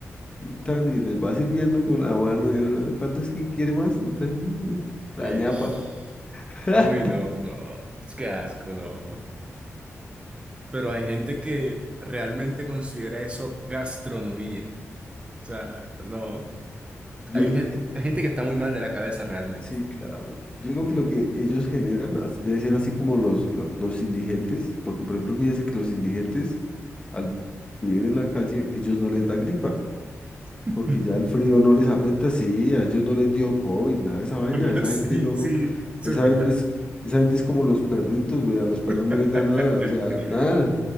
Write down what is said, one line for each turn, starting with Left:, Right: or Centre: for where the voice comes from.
Left: y tan, y les va sirviendo con la mano, y uno, ¿cuánto es que quiere más? Y tan, eh, la
Right: Ish.
Left: ñapa. <laughs>
Right: Uy, no, no, qué asco, no. Pero hay gente que realmente considera eso gastronomía. O sea, no,
Left: Yo,
Right: hay gen-
Left: eh,
Right: hay gente que está muy mal de la cabeza realmente.
Left: sí, claro. Yo digo que lo que ellos generan as- debe ser así como los, los, los indigentes, porque, por ejemplo, fíjese que los indigentes, al vivir en la calle, ellos no les da gripa.
Right: <laughs>
Left: Porque ya el frío no les afecta, sí, a ellos no les dio COVID, nada de esa vaina,
Right: Oiga,
Left: esa
Right: sí,
Left: gente no,
Right: sí, eso
Left: esa
Right: es verdad.
Left: gente es, esa gente es como los perritos, güey, a los perros
Right: <laughs>
Left: no les da nada, o sea, nada,